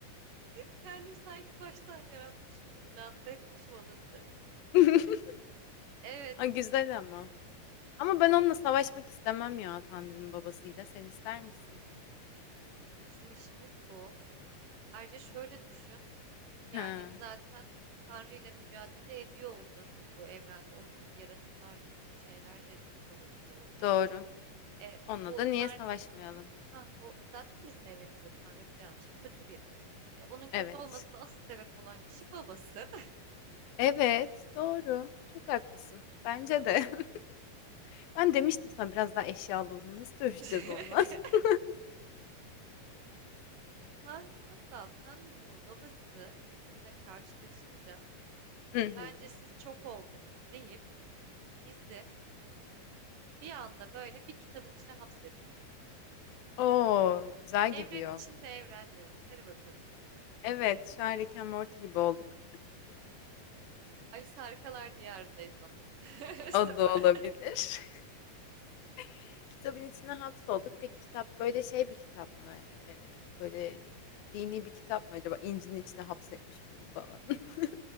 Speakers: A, on the right (about 70°); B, on the left (about 80°).
A: Kendim sanki baştan yaratmışım gibi lanse etmişim onu bir de.
B: <laughs>
A: Evet,
B: Ha, güzel ama. Ama ben onunla savaşmak istemem ya Tanrı'nın babasıyla. Sen ister misin?
A: ama bizim işimiz bu. Ayrıca şöyle düşün. Yani
B: Ha,
A: zaten Tanrı ile mücadele ediyor olacağız biz bu evrende. Onun gibi yaratıklarla, güçlü şeylerle savaşıyor olacağız.
B: doğru.
A: E, bu
B: Onunla da niye
A: Tanrı
B: savaşmayalım?
A: Ha, o zaten bizim evrenimizde Tanrı birazcık kötü biri. E, onun kötü
B: Evet.
A: olmasına asıl sebep olan kişi babası.
B: Evet, doğru. Çok haklısın. Bence de. <laughs> Ben demiştim sana biraz daha eşya alalım. Nasıl dövüşeceğiz
A: <laughs>
B: onunla? <laughs>
A: Tan, hatta Tanrı'nın babası bizimle karşılaşınca
B: Hı hı.
A: bence siz çok oldunuz deyip bizi bir anda böyle bir kitabın içine hapsetsin.
B: Oo, güzel
A: Evren
B: gidiyor.
A: içinde evrendeyiz. Hadi bakalım.
B: Evet, şu an Rick and Morty gibi olduk.
A: Alice Harikalar Diyarındayız ama. <laughs> Bu sefer.
B: O da olabilir. <laughs> Kitabın içine hapsolduk. Peki kitap böyle şey bir kitap mı? Ee, böyle dini bir kitap mı acaba? İncil'in içine hapsetmiş bizi falan. <laughs>